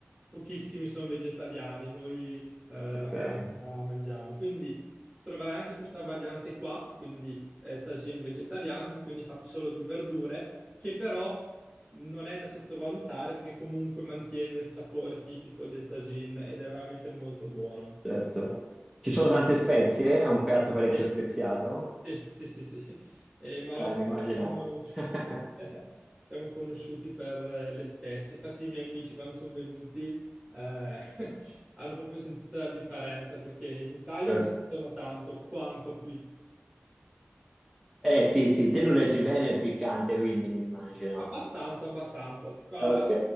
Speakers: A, on the right; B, in the centre.
A: pochissimi sono vegetariani, noi eh,
B: Ok,
A: la carne la mangiamo, quindi troverai anche questa variante qua, quindi eh, tagine vegetariano, che quindi è fatto solo di verdure, che però non è da sottovalutare perché comunque mantiene il sapore tipico del tagine ed è veramente molto buono.
B: certo. Ci
A: Sì,
B: sono tante spezie? È un piatto parecchio
A: sì.
B: speziato?
A: Sì, sì, sì, sì. E in Marocco
B: Eh, mi immaginavo.
A: siamo,
B: <laughs>
A: <laughs> siamo conosciuti per eh, le spezie. Infatti, i miei amici, quando sono venuti, eh, <laughs> hanno proprio sentito la differenza perché in Italia
B: Certo.
A: non si sentono tanto quanto qui.
B: Eh sì, sì, te lo reggi bene il piccante, quindi mi immagino.
A: Abbastanza, abbastanza. Allora,
B: Ok.